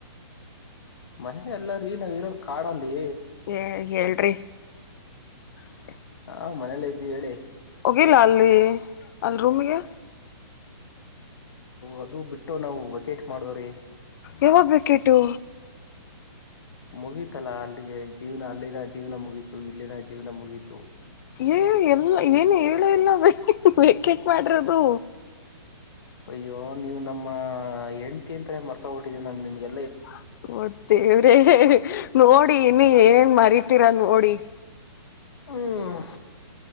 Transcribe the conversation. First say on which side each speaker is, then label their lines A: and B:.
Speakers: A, on the left (about 65°); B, on the left (about 45°).
A: ಮನೆ ಎಲ್ಲಾರೀ ನಾವ್ ಇರೋದ ಕಾಡಲ್ಲಿ
B: ಏ ಹೇಳ್ರಿ <inaudible>
A: ಹಾ ಮನೇಲ್ಲೇ ಇದ್ದೀ ಹೇಳಿ
B: ಹೋಗಿಲ್ಲ ಅಲ್ಲಿ ಅಲ್ಲಿ ರೂಮಗೆ
A: ಅದು ಬಿಟ್ಟು ನಾವು ವೆಕೇಟ್ ಮಾಡ್ದವ್ರೀ
B: ಯಾವಾಗ ವಿಕೆಟು
A: ಮುಗೀತಲ್ಲಾ ಅಲ್ಲಿಗೆ ಜೀವನ ಅಲ್ಲಿನ ಜೀವನ ಮುಗೀತು ಇಲ್ಲಿನ ಜೀವನ ಮುಗೀತು
B: ಏ ಎಲ್ಲ ಏನು ಹೇಳ ಇಲ್ <unintelligible> ಬೇಕೆಟ್ ಮಾಡಿರೋದು
A: ಅಯ್ಯೋ ನೀವು ನಮ್ಮ ಹೆಂಡ್ತಿ ಅಂತಲೇ ಮರ್ತೋಗ್ಬಿಟ್ಟಿದ್ದ ನಾನ ನಿಮ್ಗೆ
B: <unintelligible> ಓದ ದೇವ್ರೆ ನೋಡಿ ಇನ್ನು ಏನೇನ್ ಮರಿತೀರ ನೋಡಿ.
A: ಹ್ಮ್